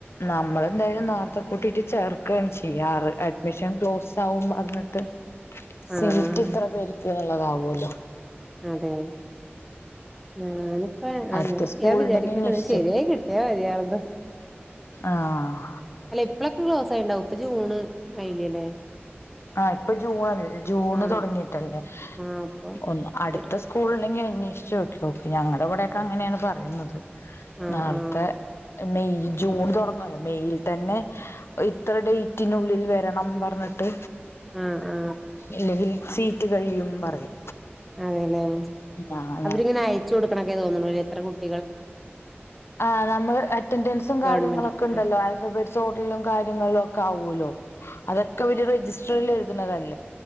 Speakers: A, on the left; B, in the centre.
A: നമ്മള എന്തായാലും നത്തെ കിട്ടീട്ട് ചേർക്കുകയാണ് ചെയ്യാറ് അഡ്മിഷൻ ക്ലോസ് ആകും പറഞ്ഞിട്ട് സീറ്റ്
B: ആഹ് ആഹ്
A: ഇത്ര പേർക്ക് അതാവൂല
B: അതെ ഞാനിപ്പ
A: അടുത്ത
B: അങ്ങനെ
A: സ്കൂളുണ്ടെങ്കി
B: ചെയ്യാന്ന് വിചാരിക്കട്ടെ
A: അന്വേഷിച്ചോ
B: ശരിയ കിട്ടിയാ മതിയാറത്
A: ആഹ്
B: അല്ല ഇപ്പള ക്ലോസ് ആയി ഉണ്ടാവുംപ്പ ജൂണ് ആയില്ലല്ലേ
A: ആഹ ഇപ്പൊ ജൂൺല്ല ജൂണ്
B: ആഹ്
A: തുടങ്ങിട്ടല്ലേ
B: ആഹ് അപ്പൊ
A: ഒ അടുത്ത
B: വരും
A: സ്കൂള ഉണ്ടെങ്കിൽ അന്വേഷിച്ചച്ച് നോക്കി ഞങ്ങളുടെ ഇവടെൊക്കെ അങ്ങെയാണ് പറയുന്നത്
B: ആ
A: നേരത്തെ
B: ആ ആ
A: മെയ് ജൂൺ തുടങ്ങവല്ലേ മെയ് തന്നെ ഇത്ര ഡേറ്റിനുള്ളിൽ വരണം പറഞ്ഞിട്ട്
B: ആഹ ആ
A: ഇല്ലെങ്കിൽ സീറ്റ് കഴിയും പറയും
B: അതെയല്ലെ
A: ആഹ്
B: അവരിങ്ങനെ അയച്ചു കൊടുക്കണൊക്കെ തോന്നണേ ത്ര <inaudible>
A: ആ നമ്മള് അറ്റൻറൻസും കാര്യങ്ങളൊക്കെ
B: ഗവൺമെന്റിക്കൊക്കെ
A: ഉണ്ടല്ലോ അൽഫബേറ്റ്സ് ഹോട്ടലും കാര്യങ്ങളിലും ഒക്കെ ആവല്ലോ അതൊക്കെ രജിസ്റ്ററിൽ അതല്ല